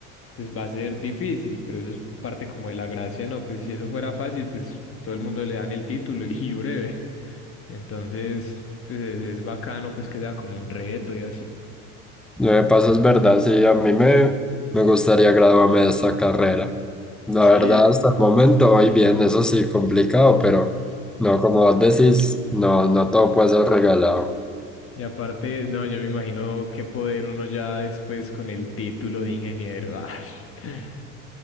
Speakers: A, on the left; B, in the centre.
A: pues va a ser difícil, pero eso es parte como de la gracia, ¿no? Pues si eso fuera fácil, pues todo el mundo le dan el título <laughs> y breve. Entonces, pues es, es bacano pues que sea como un reto y así.
B: Lo que pasa es verdad, sí, a mí me, me gustaría graduarme de esta carrera. La
A: Sí,
B: verdad, hasta el momento voy bien, eso sí, complicado, pero no, como vos decís, no, no todo puede ser regalado.
A: y aparte, no, yo me imagino qué poder uno ya después con el título de ingeniero. ash. <laughs>